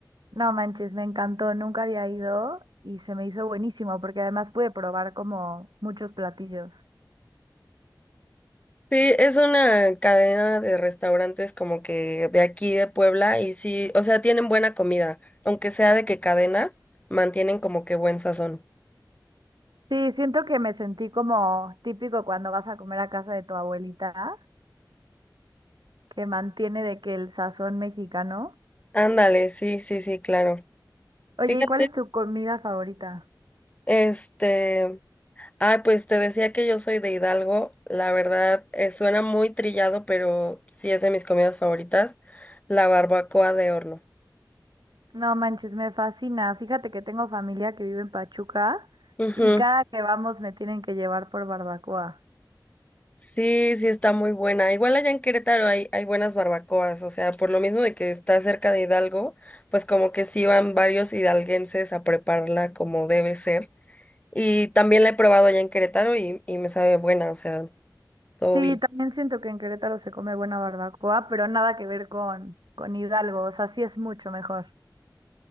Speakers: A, on the right; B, on the left.
A: No manches, me encantó, nunca había ido y se me hizo buenísimo porque además pude probar como muchos platillos.
B: Sí, es una cadena de restaurantes como que de aquí de Puebla y sí, o sea, tienen buena comida, aunque sea de qué cadena, mantienen como que buen sazón.
A: Sí, siento que me sentí como típico cuando vas a comer a casa de tu abuelita, que mantiene de que el sazón mexicano.
B: Ándale, sí, sí, sí, claro.
A: Oye,
B: Fíjate,
A: ¿y cuál es tu comida favorita?
B: este, ay, pues te decía que yo soy de Hidalgo, la verdad, eh, suena muy trillado, pero sí es de mis comidas favoritas, la barbacoa de horno.
A: No manches, me fascina. Fíjate que tengo familia que vive en Pachuca
B: Ujú.
A: y cada que vamos me tienen que llevar por barbacoa.
B: Sí, sí está muy buena. Igual allá en Querétaro hay, hay buenas barbacoas, o sea, por lo mismo de que está cerca de Hidalgo, pues como que sí van varios hidalguenses a prepararla como debe ser. Y también la he probado allá en Querétaro y, y me sabe buena, o sea, todo
A: Sí,
B: bien.
A: también siento que en Querétaro se come buena barbacoa, pero nada que ver con, con Hidalgo, o sea, sí es mucho mejor.